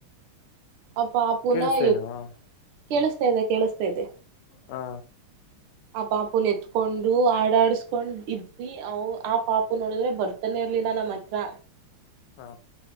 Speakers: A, on the right (about 85°); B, on the left (about 85°).
A: ಆ ಪಪೂನ್
B: ಕೇಳಿಸ್ತಾ ಇಲ್ವಾ
A: ಏ ಪುನಃ ಕೇಳಿಸ್ತಾ
B: ಹ
A: ಇದೆ ಕೇಳಿಸ್ತಾ ಇದೆ.
B: ಹಾ
A: ಆ ಪಾಪು ನ ಎತ್ಕೊಂಡು ಆಡಾಡ್ಸಕೊಂಡ್ ಇದ್ವಿ ಅ ಆ ಪಾಪು ನೋಡಿದ್ರೆ ಬರ್ತ ತಾನೆ ಇರ್ಲಿಲ್ಲ ನಮ್ಮ ಹತ್ರ.
B: ಹಾ